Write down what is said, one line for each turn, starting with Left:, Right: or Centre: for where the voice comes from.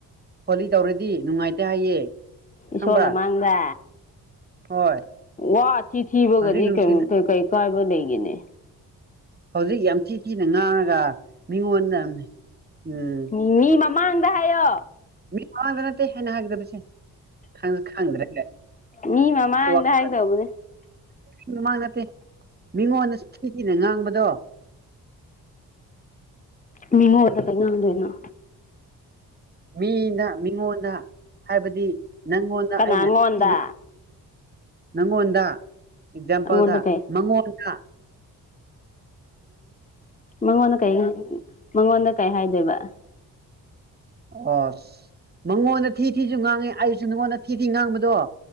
Right: ꯍꯣꯂꯤ ꯇꯧꯔꯗꯤ ꯅꯨꯡꯉꯥꯏꯇꯦ ꯍꯥꯏꯌꯦ
Left: ꯏꯁꯣꯔ
Right: ꯈꯪꯕ꯭ꯔꯥ
Left: ꯃꯃꯥꯡꯗ
Right: ꯍꯣꯏ
Left: ꯋꯥ ꯑꯊꯤ ꯑꯊꯤꯕꯒꯗꯤ
Right: ꯍꯧꯖꯤꯛ ꯅꯨꯡꯁꯤꯅ
Left: ꯀꯦꯝꯇ ꯀꯩ ꯀꯥꯏꯕ ꯂꯩꯒꯦꯅꯦ
Right: ꯍꯧꯖꯤꯛ ꯌꯥꯝ ꯊꯤ ꯊꯤꯅ ꯉꯥꯡꯔꯒ ꯃꯤꯉꯣꯟꯗ ꯎꯝ
Left: ꯃꯤ ꯃꯃꯥꯡꯗ ꯍꯥꯏꯌꯣ
Right: ꯃꯤ ꯃꯡꯗ ꯅꯠꯇꯦ ꯑꯩꯅꯥ ꯍꯥꯏꯒꯗꯕꯁꯦ ꯈꯪ ꯈꯪꯗ꯭ꯔꯦꯅꯦ
Left: ꯃꯤ ꯃꯃꯥꯡꯗ
Right: <unintelligible>
Left: ꯍꯥꯏꯒꯗꯧꯕꯅꯦ
Right: ꯃꯃꯥꯡ ꯅꯠꯇꯦ ꯃꯤꯉꯣꯟꯗ ꯊꯤ ꯊꯤꯅ ꯉꯥꯡꯕ ꯗꯣ
Left: ꯃꯤꯉꯣꯗ ꯀꯩ ꯉꯥꯡꯗꯣꯏꯅꯣ
Right: ꯃꯤꯅ ꯃꯤꯉꯣꯟꯗ ꯍꯥꯏꯕꯗꯤ ꯅꯪꯉꯣꯟꯗ
Left: ꯀꯅꯥ
Right: ꯑꯩꯅ
Left: ꯑꯩꯉꯣꯟꯗ
Right: ꯊꯤꯅ ꯅꯪꯉꯣꯟꯗ ꯑꯦꯛꯖꯥꯝꯄꯜꯗ
Left: ꯑꯩꯉꯣꯟꯗ ꯀꯩ
Right: ꯅꯉꯣꯟꯗ
Left: ꯃꯉꯣꯟꯗ ꯀꯔꯤ ꯃꯉꯣꯟꯗ ꯀꯩ ꯍꯥꯏꯗꯣꯏꯕ
Right: ꯑꯁ ꯃꯉꯣꯟꯗ ꯊꯤ ꯊꯤꯁꯨ ꯉꯥꯡꯉꯤ ꯑꯩꯁꯨ ꯅꯉꯣꯟꯗ ꯊꯤ ꯊꯤ ꯉꯥꯡꯕꯗꯣ